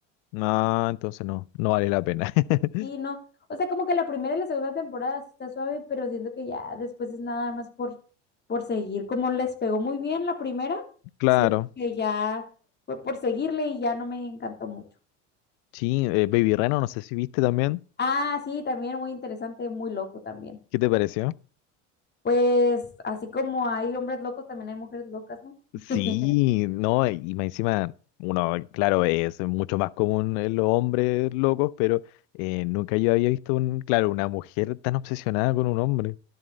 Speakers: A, on the left; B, on the left.
A: No, entonces no, no vale la pena. <laughs>
B: Sí, no. O sea, como que la primera y la segunda temporada sí está suave, pero siento que ya después es nada más por, por seguir. Como les pegó muy bien la primera,
A: Claro.
B: siento que ya fue por seguirle y ya no me encantó mucho.
A: Sí, eh, Baby Reno, no sé si viste también.
B: Ah, sí, también muy interesante, muy loco también.
A: ¿Qué te pareció?
B: Pues así como hay hombres locos, también hay mujeres locas, ¿no? <laughs>
A: Sí, no, y más encima, uno, claro, es mucho más común en los hombres locos, pero eh, nunca yo había visto un, claro, una mujer tan obsesionada con un hombre.